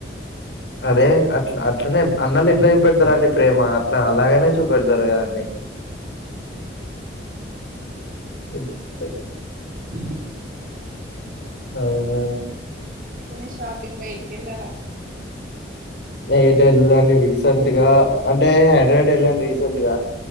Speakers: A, on the left (about 70°); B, on the right (about 50°).
A: అదే అట్లా అట్లనే అన్నల ఎట్లా చూపెడతారు అండి ప్రేమ అట్లా అలాగనే చూపెడతారు కదండి ఉమ్ బయటా
B: ఇంకా
A: అవునా
B: ఎటైనా షాపింగ్ బయటికి వెళ్లారా
A: నైట్ వెళ్లాండి రీసెంట్‌గా అంటే హడ్రాయిడ్ వెళ్ళాను రీసెంట్ గా